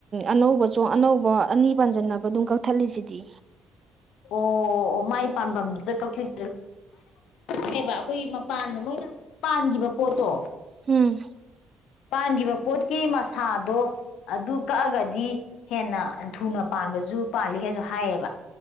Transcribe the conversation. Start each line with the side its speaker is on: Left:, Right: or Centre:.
Right: ꯑꯅꯧꯕ ꯆꯣ ꯑꯅꯧꯕ ꯑꯅꯤ ꯄꯥꯟꯁꯤꯟꯅꯕ ꯑꯗꯨꯝ ꯀꯛꯊꯠꯂꯤꯁꯤꯗꯤ
Left: ꯑꯣ ꯑꯣ ꯃꯥꯏ ꯄꯥ ꯀ ꯃꯥꯅ ꯍꯥꯏꯐꯦꯠꯁꯨꯪ ꯍꯥꯏꯑꯕ ꯑꯩꯈꯣꯏ ꯃꯄꯥꯟꯗ ꯃꯣꯏꯅ ꯄꯥꯟ ꯀꯣꯠꯇꯣ
Right: ꯎꯝ
Left: ꯄꯥꯟꯈꯤꯕ ꯄꯣꯠꯀꯤ ꯃꯁꯥꯗꯣ ꯑꯗꯨ ꯀꯛꯑꯒꯗꯤ ꯍꯦꯟꯅ ꯊꯨꯅ ꯄꯥꯟꯕꯁꯨ ꯄꯥꯜꯂꯤꯒꯩꯁꯨ ꯍꯥꯏꯌꯦꯕ